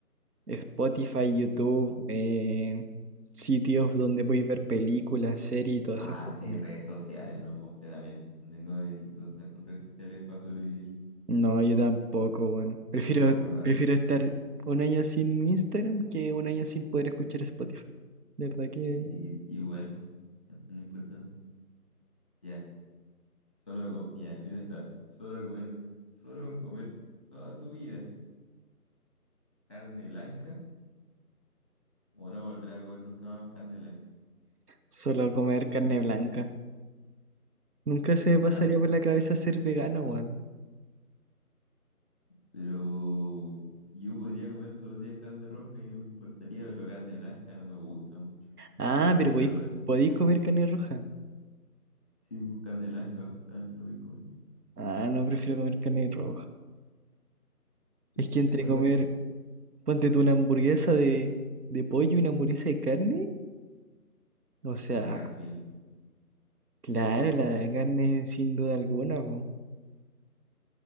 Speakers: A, on the right (about 75°); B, on the left (about 20°).
A: Spotify, YouTube, eh, sitios donde podéis ver películas, series y todas
B: Ah,
A: esas cosas.
B: sin redes sociales, no completamente. No, ne- no necesito estar con redes sociales para sobrevivir.
A: No, yo tampoco, bueno. Prefiero,
B: Las puedo borrar,
A: prefiero
B: sí.
A: estar un año sin Instagram que un año sin poder escuchar Spotify. De verdad que
B: Y es igual, no es tan importante. Ya, solo co- ya, mira está. Solo comer, solo comer toda tu vida. carne blanca o no volver a comer nunca más carne blanca.
A: solo comer carne blanca. Nunca se me pasaría
B: Tampoco.
A: por la cabeza ser vegano, weón.
B: Pero yo podría comer todos los días carne roja y no me importaría, pero carne blanca no me gusta mucho.
A: Ah,
B: yo quería
A: pero podéis,
B: la verdad.
A: Mm, podéis comer carne roja.
B: Sí, pues carne blanca, solamente no voy a comer.
A: Ah, no, prefiero comer carne roja. Es que
B: Igual.
A: entre Bueno, comer Ponte tú una hamburguesa de, de pollo y una hamburguesa de carne. O sea,
B: La de carne mil.
A: claro, la de carne sin duda alguna, po.